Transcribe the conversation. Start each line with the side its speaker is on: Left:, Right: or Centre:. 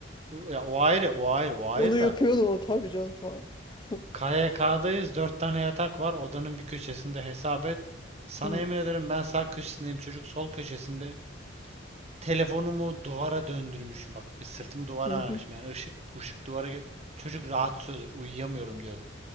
Right: ya o ayrı o ayrı o ayrı
Left: onu yapıyordu
Right: da
Left: o tabii canım tabii. <laughs>
Right: KYK'dayız dört tane yatak var odanın bir köşesinde hesap et sana
Left: Hı,
Right: yemin ederim ben sağ köşesindeyim çocuk sol köşesinde telefonumu duvara döndürmüşüm bak bir sırtımı duvara
Left: hı, hı,
Right: vermişim yani ışık ışık duvara gel- çocuk rahatsız oluyor uyuyamıyorum diyordu